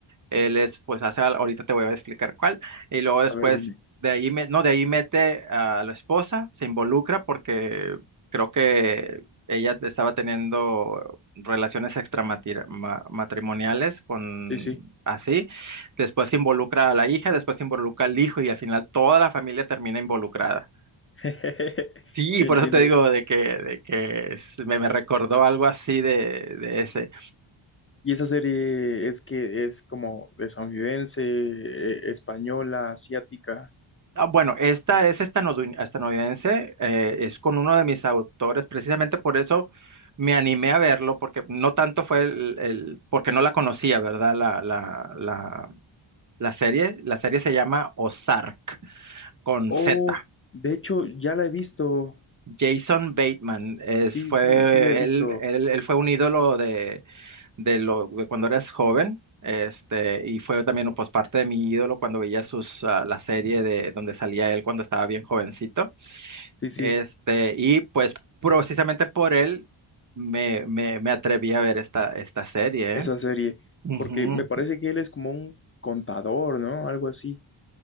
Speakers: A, on the right (about 35°); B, on the left (about 30°).
A: Él es, pues hace, al- ahorita te voy a explicar cuál. Y luego después
B: A ver, dime.
A: de ahí, me- no, de ahí mete a la esposa, se involucra porque creo que ella estaba teniendo relaciones extramatrimoniales con
B: Sí, sí.
A: así. Después se involucra a la hija, después se involucra al hijo y al final toda la familia termina involucrada.
B: <laughs>
A: Sí,
B: Entiendo.
A: por eso te digo de que, de que es- me, me recordó algo así de, de ese.
B: Y esa serie es que es como estadounidense, eh, española, asiática.
A: Ah, Bueno, esta es estanodu- estadounidense, eh, es con uno de mis autores, precisamente por eso me animé a verlo, porque no tanto fue el, el- porque no la conocía, ¿verdad? La, la, la, la serie, la serie se llama Ozark, con
B: Oh,
A: Z.
B: de hecho, ya la he visto.
A: Jason Bateman, es,
B: Sí,
A: fue,
B: sí, sí la he visto.
A: él, él, él fue un ídolo de, de, lo, de cuando eras joven. Este, y fue también pues, parte de mi ídolo cuando veía sus, ah, la serie de donde salía él cuando estaba bien jovencito.
B: Sí, sí,
A: Este, y pues precisamente por él me, me, me atreví a ver esta, esta serie.
B: esa
A: ¿eh?
B: serie,
A: Ujú.
B: porque me parece que él es como un contador, ¿no? Algo así.